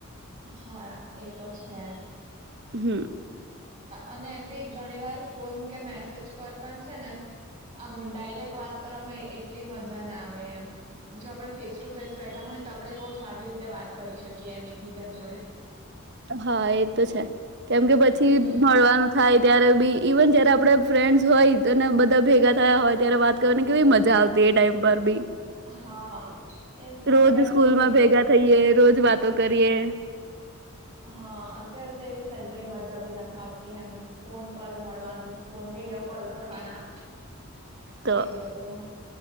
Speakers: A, on the right (about 30°); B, on the right (about 55°).
A: હા એ તો છે
B: હમ
A: અને એમ બી ઘણી વાર ફોન કે મેસેજ પર પણ છે ને આમ ડાયરેક્ટ વાત કરવામાં એટલી મજા ના આવે એમ જો આપડણે ફેસ ટુ ફેસ બેઠા હોય ને તો આપડે બહુ સારી રીતે વાત કરી શકીએ એમ. બીજા જોડે
B: હા એ તો છે કેમ કે પછી
A: હમ
B: મળવાનું થાય. ત્યારે બી ઇવન જયારે આપડ ફ્રેન્ડસ હોય અનેને બધા ભેગા થયા હોય ત્યારે, વાત કરવાને કેવી મજા આવતી એ ટાઈમ પર બી
A: હા. એજ ને
B: રોજ
A: અત્યારે
B: સ્કૂલમાં
A: તો એવી
B: ભેગા થઈએ રોજ વાતો કરીએ
A: હા અત્યારે તો એવી સજાઈ મજા બી નથી આવતી એમ ફોન પર મળવાનું ફોન વિડીિયો કોલ કરવાના
B: તો
A: એવું બધું